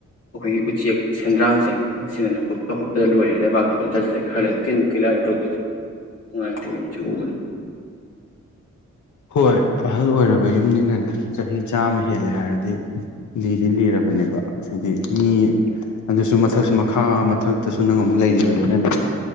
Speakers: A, on the left; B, on the left.
A: ꯑꯩꯈꯣꯏꯒꯤ ꯎꯆꯦꯛ ꯁꯦꯟꯗ꯭ꯔꯥꯡꯁꯦ ꯑꯁꯤꯅꯅꯦ ꯍꯨꯠꯄ ꯍꯨꯠꯄꯗ ꯂꯣꯏꯔꯦ ꯂꯩꯕꯥꯛꯁꯤ ꯂꯣꯏ ꯆꯥꯁꯤꯜꯂꯛꯑꯦ ꯈꯔ ꯂꯩꯔꯒ ꯀꯤꯟ ꯀꯤꯂꯅꯦ ꯇꯧꯗꯣꯏꯁꯦ ꯅꯨꯡꯉꯥꯏꯇꯦ ꯌꯦꯡꯎ ꯁꯤ ꯎꯕꯗ
B: ꯍꯣꯏ ꯑꯍꯜ ꯑꯣꯏꯔꯕ ꯌꯨꯝꯅꯤꯅꯅꯦ ꯆꯍꯤ ꯆꯥꯝꯃ ꯍꯦꯜꯂꯦ ꯍꯥꯏꯔꯗꯤ ꯂꯤꯗꯤ ꯂꯤꯔꯕꯅꯦꯕ ꯍꯥꯏꯗꯤ ꯃꯤ ꯑꯗꯨꯁꯨ ꯃꯊꯛꯁꯨ ꯃꯈꯥ ꯃꯊꯛꯇꯁꯨ ꯅꯪ ꯑꯃꯨꯛ ꯂꯩꯔꯤꯕꯅꯤꯅꯅꯦ